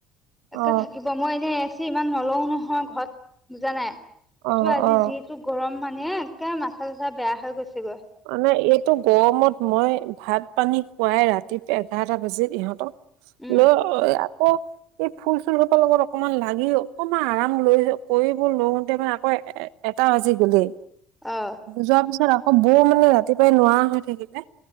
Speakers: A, in the centre; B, on the right (about 80°).
A: একে
B: অ
A: থাকিব মই এনেই এই চি ইমান নলও নহয় ঘৰত বুজা নাই কিন্তু
B: অ
A: আজি
B: অ
A: যিটো। গৰম মানে একে মাথা ছাথা বেয়া হৈ গৈছেগৈ।
B: মানে এইটো গৰমত মই ভাত পানী খুৱাই ৰাতি এঘাৰটা বাজিত ইহ। তক
A: উম
B: লৈ আকৌ। এই ফুল চুল খোপাৰ লগত অকমান লাগি অকমান আৰাম লৈ কৰিব লৌতে মানে আকৌ এ। এটাও আজি গলে।
A: অ
B: যোৱাৰ পিছত আকৌ বৌ মানে ৰাতিপুৱাই নোৱাৰা হৈ থাকিলে